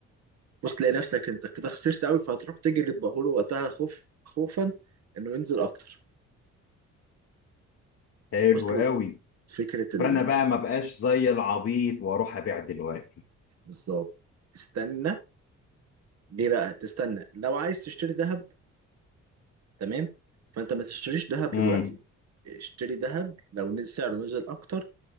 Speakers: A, on the right (about 60°); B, on the left (about 50°).
A: بص تلاقي نفسك انت كده خسرت قوي فهتروح تجري تبيعه له وقتها خوف خوفا انه ينزل اكتر
B: حلو
A: وصلت
B: قوي
A: فكرة ال...
B: فانا بقى ما بقاش زي العبيط واروح ابيع دلوقتي
A: بالظبط تستنى ليه بقى تستنى لو عايز تشتري ذهب تمام فانت ما تشتريش ذهب
B: امم
A: دلوقتي اشتري ذهب لو نز- سعره نزل اكتر